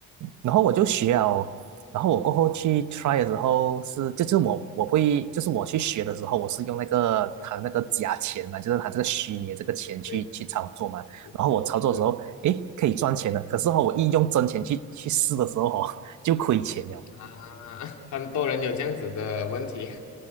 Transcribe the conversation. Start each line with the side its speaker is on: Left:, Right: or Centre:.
Right: 然后我就学哦，然后我过后去 try 的时候是，就是我我会，就是我去学的时候，我是用那个他的那个假钱嘛，
Left: 嗯，
Right: 就是他这个虚拟的这个钱去去操作嘛。
Left: 对，嗯
Right: 然后我操作的时候，
Left: 是
Right: 诶，可以赚钱的，可是哦，我一用真钱去去试的时候哦，就亏钱了。
Left: 啊，<laughs> 很多人有这样子的问题，